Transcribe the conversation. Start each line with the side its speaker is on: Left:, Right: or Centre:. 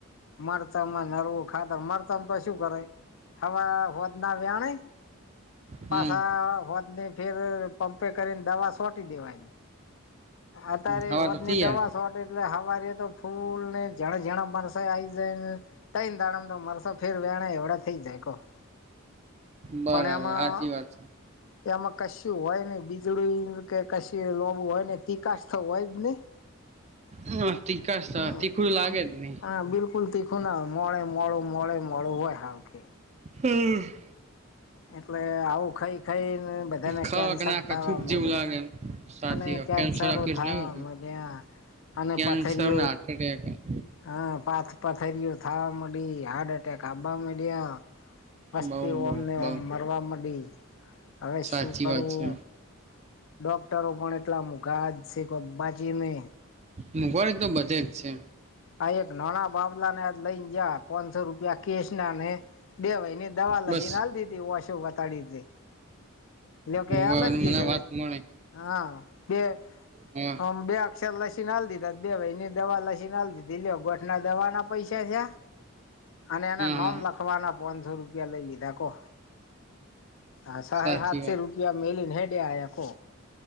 Left: મરતમમાં નરવું ખાતર મરતમ તો શું કરે. હવા હોદના વ્યાણે
Right: હમ
Left: પાછા હોજ ને ફેર પંપે કરીને દવા સોટી દેવાય. અતારે
Right: હવા
Left: હોજની
Right: તો થઈ
Left: દવા
Right: યાર
Left: એટલે હવારે તો ફૂલ ને જણા જણા મરચાએ આઈ જાય ને. તઈને દાણામાં તો મરસા ફેર વેણા એવડા થઈ જાય કો.
Right: બરાબર
Left: પણ એમાં
Right: સાચી વાત
Left: એમાં કશું હોય ની બીજડું કે કશી લોબું હોય ને તીકાસ હોય જ ની.
Right: હમ તીખાશ તો
Left: હા
Right: તીખું લાગે
Left: આમ
Right: જ નહી.
Left: હા બિલકુલ તીખું ના હોય. મોડે મોડું મોડે મોડું હોય હાવ કે
Right: હમ
Left: એટલે આવું ખઈ ખઈ ને બધાને
Right: ખક
Left: કેન્સર
Right: ના ખ
Left: થાવા
Right: થૂક
Left: માંડ્યા.
Right: જેવું લાગે એમ સાચી
Left: અને
Right: વાત
Left: કેન્સરો
Right: કેન્સર ના કેસ
Left: થાવા
Right: નહી
Left: માંડ્યા અને
Right: કેન્સર
Left: પથરીઓ
Right: <inaudible>
Left: હ પાથ પથરીઓ થાવા માંડી, હાર્ટ એટેક આવવા માંડ્યા. મસ્તી
Right: બઉ બઉ
Left: ઓમને
Right: બઉ
Left: ઓમ મરવા માંડી, હવે
Right: સાચી
Left: શું કરવું.
Right: વાત છે
Left: ડોક્ટરો પણ એટલા મોંઘા જ છે કોક બાચી ને
Right: મોંઘવારી તો બધે જ છે.
Left: આ એક નાણા બાબલાને આજ લઈને જ્યાં પાચસો રૂપિયા કેશ ના ને દેવાય ને દવા લખીને
Right: બસ
Left: આલ દીધી ઓશો બતાડીને. લ્યો કે
Right: મને
Left: એલર્જી છે
Right: વાત મળે
Left: હા બે
Right: હા
Left: ઓમ બે સેલ લસીના આલ દીધા દે બે વયની દવા લસીને આલ દીધી લ્યો ગો આટલા દવાના પૈસા થયા અને એના
Right: હા
Left: નોમ
Right: હા
Left: લખવાના. પાંચસો રૂપિયા લઈ લીધા કો આ સહાય
Right: સાચી
Left: હાત છે રૂપિયા મેલી ને હૈડે આયા કો.